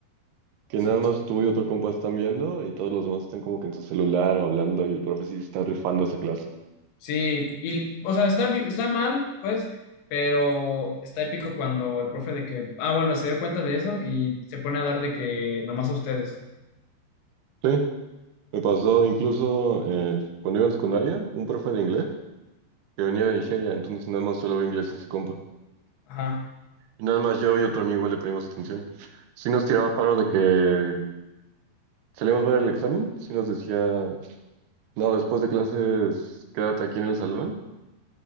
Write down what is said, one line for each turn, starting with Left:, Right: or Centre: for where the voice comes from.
Right: Que
Left: Sí,
Right: nada más tú y otro compa están viendo y todos los demás están como que en su celular o hablando y el profe sí está rifando esa clase.
Left: sí, y, o sea, está, bi- está mal, pues, pero está épico cuando el profe de que, ah, bueno, se dio cuenta de eso y se pone a dar de que nomás a ustedes.
Right: sí, me pasó incluso eh, cuando iba en secundaria, un profe de inglés que venía de Nigeria, entonces nada más solo ve inglés ese compa.
Left: Ajá.
Right: Y nada más yo y otro amigo le poníamos atención. Sí nos tiraba paro de que salíamos ver el examen, sí nos decía, no, después de clases quédate aquí en el salón